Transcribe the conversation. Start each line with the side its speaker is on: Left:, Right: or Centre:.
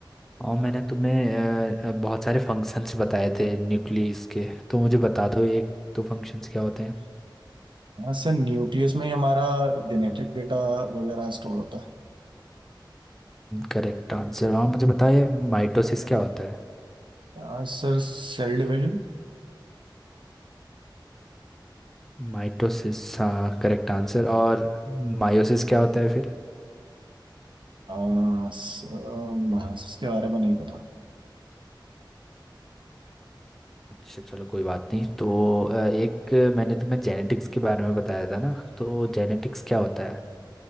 Centre: और मैंने तुम्हें अ, अ, बहुत सारे फंक्शंस बताए थे न्यूक्लियस के तो मुझे बता दो एक तो फंक्शंस क्या होते हैं
Right: हाँ सर न्यूक्लियस में ही हमारा जेनेटिक डेटा वगैरह स्टोर होता है
Centre: Correct answer और मुझे बताइए माइटोसिस क्या होता है
Right: हाँ, सर सेल डिवीजन
Centre: माइटोसिस हाँ करेक्ट आंसर और मायोसिस क्या होता है फिर
Right: हाँ सर, हाँ, इसके बारे में नहीं पता
Centre: अच्छा चलो कोई बात नहीं तो अ, एक अ, मैंने तुम्हें जेनेटिक्स के बारे में बताया था ना तो जेनेटिक्स क्या होता है